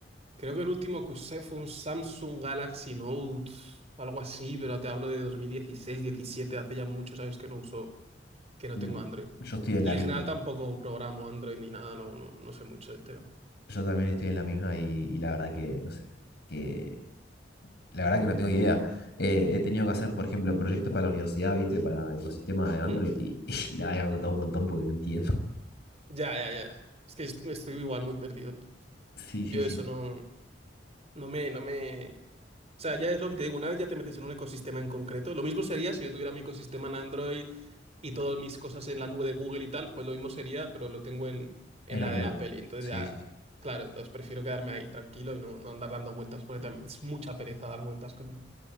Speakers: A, on the right; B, on the left.
A: Creo que el último que usé fue un Samsung Galaxy Note, algo así, pero te hablo de 2016, 17, hace ya muchos años que no uso, que no
B: Mm,
A: tengo Android.
B: Yo estoy en
A: Y
B: la misma.
A: en general tampoco programo Android ni nada, no, no, no sé mucho del tema. <laughs>
B: Yo también estoy en la misma y, y la verdad que, no sé, que La verdad que no tengo idea. Eh, he tenido que hacer, por ejemplo, proyectos para la universidad, ¿viste? Para el ecosistema de Android
A: Hmm.
B: y, <laughs> y la verdad que me ha costado un montón porque no entiendo.
A: Ya, ya, ya. Es que est- estoy igual muy perdido.
B: Sí,
A: Yo
B: sí, sí.
A: eso no, no me, no me, O sea, ya es lo que te digo, una vez ya te metes en un ecosistema en concreto, lo mismo sería si yo tuviera mi ecosistema en Android y todas mis cosas en la nube de Google y tal, pues lo mismo sería, pero lo tengo en, en
B: En
A: la
B: iCloud.
A: de Apple y entonces
B: Sí,
A: ya,
B: sí, sí.
A: claro, entonces prefiero quedarme ahí tranquilo y no, no andar dando vueltas porque también es mucha pereza dar vueltas con eso.